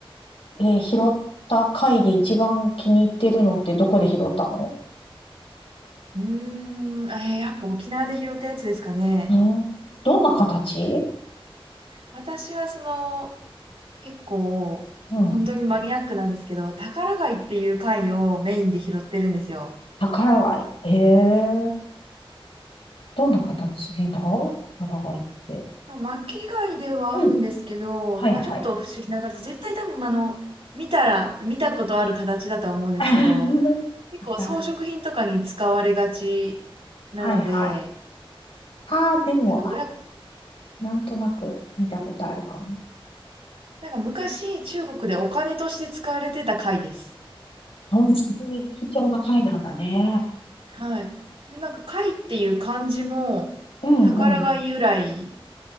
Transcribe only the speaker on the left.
えー拾った貝で一番気に入ってるのってどこで拾ったの
うんどんな形
うん。
宝貝。へえ。どんな形だ宝貝って。
うん。はいはい。
<laughs>
宝。
はいはい。ああ、でも、
あ、なんとなく見たことあるかも。
本当に貴重な貝なんだね。
うんうん。